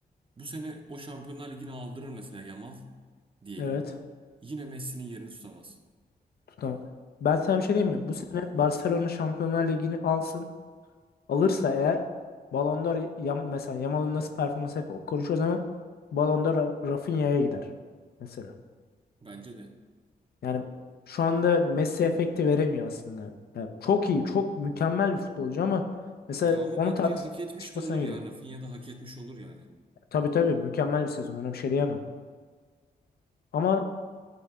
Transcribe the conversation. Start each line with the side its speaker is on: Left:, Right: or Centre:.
Right: Bu sene o Şampiyonlar Ligi'ni aldırır mesela Yamal diyelim.
Left: evet.
Right: Yine Messi'nin yerini tutamaz.
Left: Tutamam. Ben sana bir şey
Right: Ya,
Left: diyeyim mi? Bu sene Barcelona Şampiyonlar Ligi'ni alsın. Alırsa eğer Ballon d'Or Yam- mesela Yamal'ın nasıl performans hep konuşuyoruz ama Ballon d'Or Ra- Rafinha'ya gider mesela.
Right: Bence de.
Left: Yani şu anda Messi efekti veremiyor aslında. Yani çok iyi, çok mükemmel bir futbolcu ama mesela
Right: Ya ama
Left: onun
Right: bence
Left: tartışmasına
Right: hak etmiş de olur
Left: giriyor.
Right: ya. Rafinha da hak etmiş olur yani.
Left: Tabii tabii mükemmel bir sezon ona bir şey diyemem. Ama